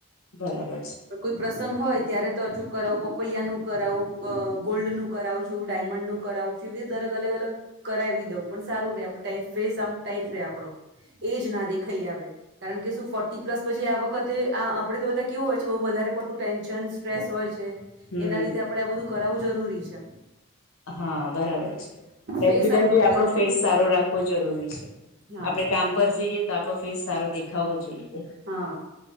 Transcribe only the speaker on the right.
કોઈ પ્રસંગ હોય ત્યારે તો અચૂક કરાવું પપૈયા નું કરાવું ગોલ્ડ નું કરાવું છું ડાયમંડ નું કરાવું છુ દરેક અલગ અલગ કરાવી દઉં પણ સારું રે આપ ફેસ આમ ટાઈટ રે આપડો એજ ના દેખાઈ આવે કારણ કે શું ફોર્ટી પ્લસ પછી આવક વખતે આ આપડે તો બધા કેવું હોય છે બઉ વધારે પડતું ટેન્શન સ્ટ્રેસ હોય છે.
એના લીધે આપડે આ બધું કરાવવું જરૂરી છે.
ફેસ આપણું
ક્લીન
રે
હા
હા